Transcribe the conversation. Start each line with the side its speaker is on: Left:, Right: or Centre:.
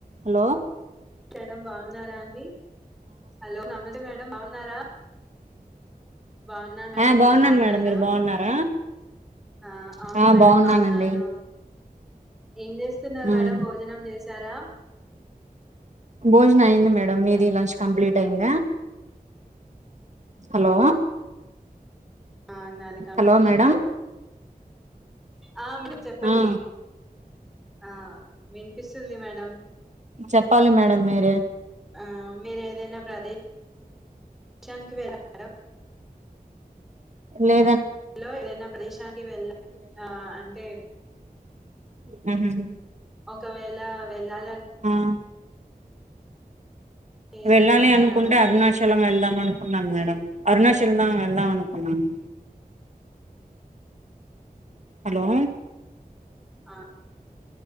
Right: Hello
Centre: madam బాగున్నారా అండి hello నమస్తే మేడం బాగున్నారా. బాగున్నా మేడం
Right: ఆ బాగున్నాను
Centre: మీరు బాగున్నారా
Right: మేడం మీరు బాగున్నారా
Centre: ఆ అవును
Right: ఆ
Centre: మేడం
Right: బాగున్నానండి
Centre: బాగున్నాను ఏం చేస్తున్నారు
Right: ఉమ్
Centre: మేడం భోజనం చేసారా.
Right: భోజనం అయింది మేడం మీది లంచ్ కంప్లీట్ అయిందా హలో
Centre: ఆ నాది కంప్లీట్
Right: హలో మేడం
Centre: ఆ మేమ్ చెప్పండి
Right: ఆ
Centre: ఆ వినిపిస్తుంది మేడం
Right: చెప్పాలి మేడం మీరే
Centre: ఆ మీరు ఏదైనా ప్రదేశ ప్రదేశానికి వెల్లారా
Right: లే
Centre: లో ఏదైనా ప్రదేశానికి వెళ్ళ ఆ అంటే
Right: హమ్ హమ్
Centre: ఒకవేళ వెళ్ళాలన్
Right: హమ్
Centre: ఏదైనా
Right: వెళ్ళాలి
Centre: అనుకున్నారా
Right: అనుకుంటే అరుణాచలం వెళ్దాం అనుకున్ నాన్ మేడం అరుణాచల్నా వెళ్దాం అనుకునము హలో
Centre: ఆ